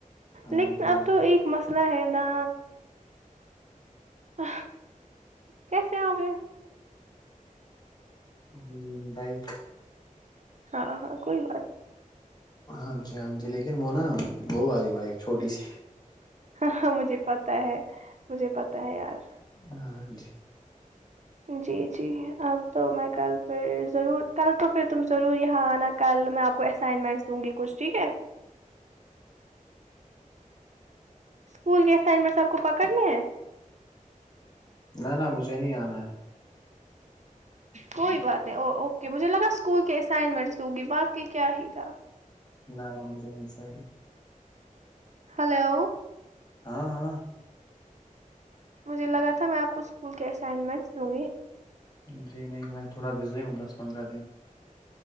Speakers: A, on the left; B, on the right.
A: ہاں
B: لیکن
A: جی ہاں
B: اب تو ایک مسئلہ ہے نا ہ کیسے آؤ گے
A: ہوں بائک
B: ہاں ہاں کوئی بات
A: ہاں جی ہاں جی لیکن وہ نا وہ والی بائیک چھوٹی سی
B: ہاںاں مجھے پتا ہے مجھے پتا ہے یار
A: ہاں جی
B: جی جی اب تو میں کل پھر ضرور کل تو پھر تم ضرور یہاں آنا کل میں آپ کو اسائنمنٹس دوں گی کچھ ٹھیک ہے اسکول کی اسائنمنٹس اپکو کو پکڑنے ہیں
A: نہ نہ مجھے نہیں آنا ہے
B: کوئی بات نہیں او اوکے مجھے لگا اسکول کے اسائنمنٹس دوں گی باقی کیا ہی تھا
A: نا وہ مجھے نی چاہیے
B: ہلو
A: ہاں ہاں
B: مجھے لگا تھا میں آپ کو اسکول کے اسائنمنٹس دوں گی
A: جی نہیں میں تھوڑا بزی ہوں دس پندرہ دن